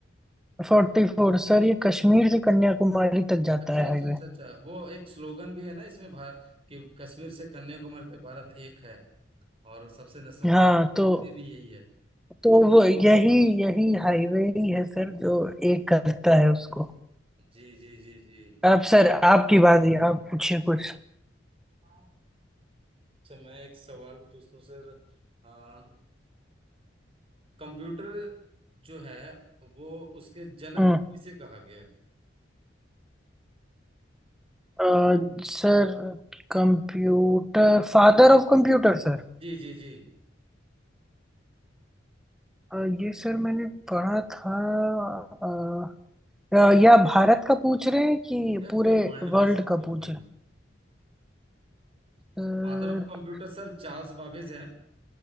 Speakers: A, in the centre; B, on the right (about 30°).
A: फोर्टी फोर सर ये कश्मीर से कन्याकुमारी तक जाता
B: अच्छा
A: है
B: अच्छा
A: हाईवे
B: अच्छा अच्छा वो एक स्लोगन भी है ना इसमें भारत कि कश्मीर से कन्याकुमारी तक भारत एक है और सबसे नेशनल
A: हाँ
B: बड़ा हाईवे
A: तो
B: भी यही है
A: तो वो यही यही हाईवे ही है सर जो एक करता है उसको
B: जी जी जी
A: अब सर आपकी बारी आप पूछिए कुछ
B: जी अच्छा मैं एक सवाल पूछता हूँ सर आ, कंप्यूटर जो है वो उसके जनक
A: हम्म
B: किसे कहा गया है
A: अ, Sir computer father of computer sir
B: जी जी जी
A: अ, ये सर मैंने पढ़ा था अ, अ, या भारत का पूछ रहे हैं कि
B: या
A: पूरे
B: पूरे वर्ल्ड
A: वर्ल्ड
B: में सर पूरे
A: का पूछ
B: वर्ल्ड
A: रहे
B: में
A: हैं
B: Father of
A: अ,
B: computer sir Charles Babbage हैं